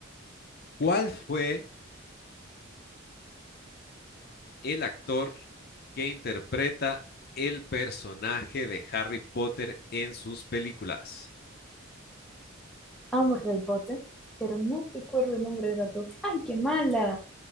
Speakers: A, on the left (about 50°); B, in the centre.
A: ¿cuál fue el actor que interpreta el personaje de Harry Potter en sus películas?
B: Amo Harry Potter, pero no recuerdo el nombre del ratón. ¡Ay, qué mala!